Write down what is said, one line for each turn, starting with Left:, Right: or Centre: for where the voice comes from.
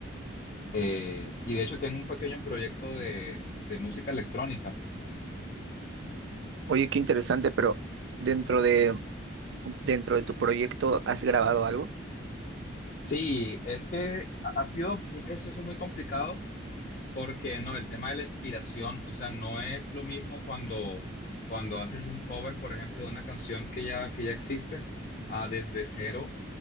Left: eh, y de hecho tengo un pequeño proyecto de de música electrónica.
Right: Oye, qué interesante, pero dentro de, dentro de tu proyecto, ¿has grabado algo?
Left: Sí, es que ha ha sido un proceso muy complicado porque no, el tema de la inspiración, o sea, no es lo mismo cuando, cuando haces un cover, por ejemplo, de una canción que ya, que ya existe, a desde cero